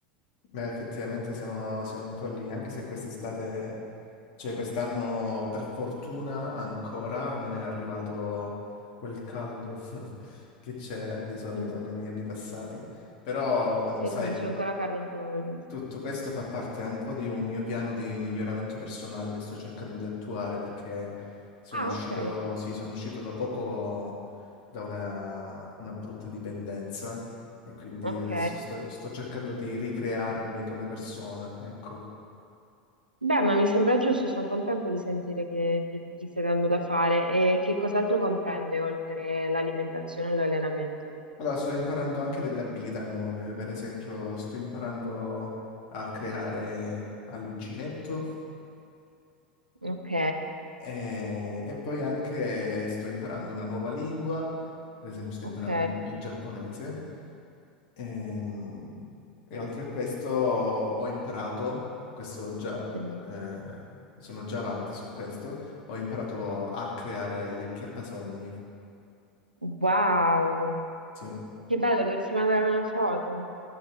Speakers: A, on the left (about 50°); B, on the right (about 85°).
A: beh, effettivamente siamo, siamo un po' lì, anche se quest'estate Cioè, quest'anno per fortuna ancora non è arrivato quel caldo <laughs> che c'era di solito
B: Mm.
A: negli anni passati. Però, mh,
B: Sì,
A: sai,
B: non c'è ancora Carlo Tordo.
A: tutto questo fa parte un po' di un mio piano di miglioramento personale che sto cercando di attuare perché sono
B: Ah,
A: uscito,
B: ok,
A: sì, sono uscito da poco da una, una brutta dipendenza e quindi
B: ok.
A: adesso sto, sto cercando di ricrearmi come persona, ecco.
B: Beh, ma mi sembra giusto, sono contenta di sentire che, che ti stai dando da fare e che cos'altro comprende oltre l'alimentazione e l'allenamento.
A: Allora, sto imparando anche delle abilità nuove, per esempio sto imparando a creare all'uncinetto
B: Ok,
A: e, e poi anche sto imparando una nuova lingua, per esempio sto
B: ok.
A: imparando il, il giapponese Ehm, e, oltre a questo ho imparato, questo già,
B: Mm.
A: eh, sono già avanti su questo, ho imparato a creare gli acchiappasogni.
B: Wow,
A: Sì,
B: che bello, dovresti mandarmi una foto.